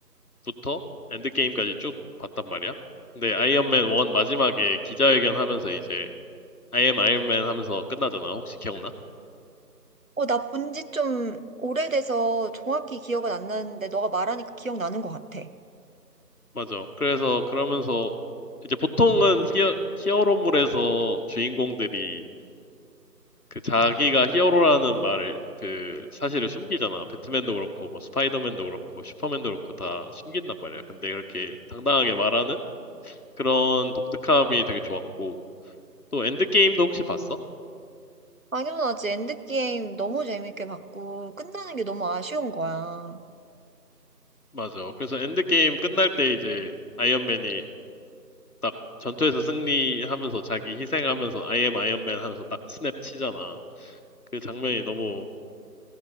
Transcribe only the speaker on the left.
부터 엔드게임까지 쭉 봤단 말이야. 근데 아이언맨 1 마지막에 기자회견 하면서 이제 I am 아이언맨 하면서 끝나잖아. 혹시 기억나?
맞아. 그래서 그러면서 이제 보통은 히어, 히어로물에서 주인공들이 그 자기가 히어로라는 말을 그 사실을 숨기잖아. 배트맨도 그렇고 뭐 스파이더맨도 그렇고 슈퍼맨도 그렇고 다 숨긴단 말이야. 근데 이렇게 당당하게 말하는 그런 독특함이 되게 좋았고 또 엔드게임도 혹시 봤어?
맞아. 그래서 엔드게임 끝날 때 이제 아이언맨이 딱 전투에서 승리하면서 자기 희생하면서 I am 아이언맨 하면서 딱 스냅 치잖아. 그 장면이 너무